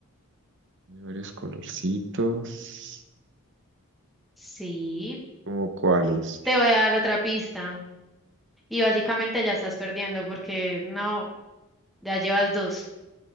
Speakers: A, on the right; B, in the centre.
A: Tiene varios colorcitos.
B: Sí,
A: ¿Cómo cuáles?
B: te voy a dar otra pista y básicamente ya estás perdiendo porque no, ya llevas dos.